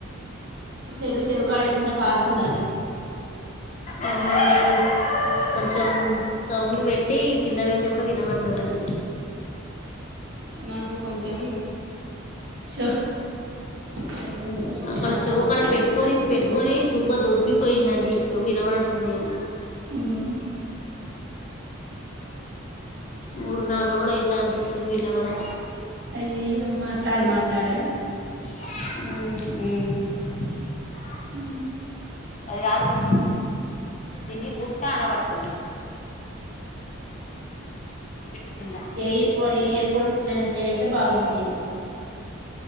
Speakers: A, on the right; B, on the left.
A: సెల్లు చెవ్ కాడ్ పెట్టుకుంటే కాల్తుందండి
B: అవునండి కొంచెం సౌండ్ పెట్టి, కింద పెడితే కూడా వినబడుతదండి.
A: నాకు కొంచెం షో చెవులు వినబడవండి
B: అక్కడ చెవ్ కాడ పెట్టుకొని,
A: వినబడట్లేవు
B: పెట్టుకొని గువ్వ దోబ్బిపోయిందన్. డి షేవ్ వినబడ టం లేదు
A: ఉమ్
B: మూడు, నాలుగు రోజలు అయితాంది చెవు వినబడక.
A: అయ్యయ్యో మాట్లాడి మాట్లాడా
B: అ
A: ఉ
B: అది కాదు కప్పి దిని బుట్ట అన పడుతుది చెట్టు కింద
A: ఎపో ఇయర్ ఫోన్స్ టివి అయితే బాగుండేది